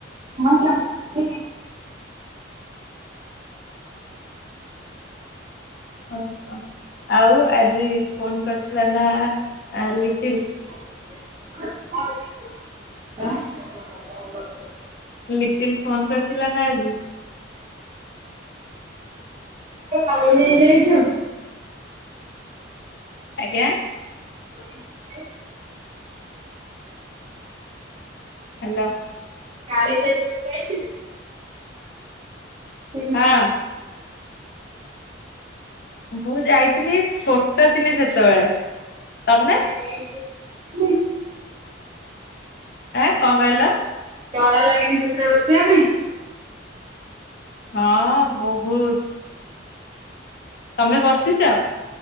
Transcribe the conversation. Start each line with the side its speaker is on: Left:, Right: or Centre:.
Right: ହଁ ଚାଲଚି
Left: ଓହ ଆଉ ଆଜି ଫୋନ କରିଥିଲା ନା ଲିଟିଲ୍।
Right: <unintelligible>
Left: ଲିଟିଲ ଫୋନ କରିଥିଲା ନା ଆଜି।
Right: କାଲି। <unintelligible>
Left: ଆଜ୍ଞା।
Right: <inaudible>
Left: ହ୍ୟାଲୋ।
Right: କାଲିଜାଇ କେବେ ଯାଇଚୁ? <unintelligible>
Left: ହଁ। ମୁଁ ଯାଇଥିଲି ଛୋଟ ଥିଲି ସେତେବେଳେ। ତମେ
Right: <inaudible>
Left: ଆଁ କଣ କହିଲ?
Right: ଡର ଲାଗେନି ସେଥିରେ ବସିବା ପାଇଁ?
Left: ହଁ ବହୁତ! ତମେ ବସିଚ?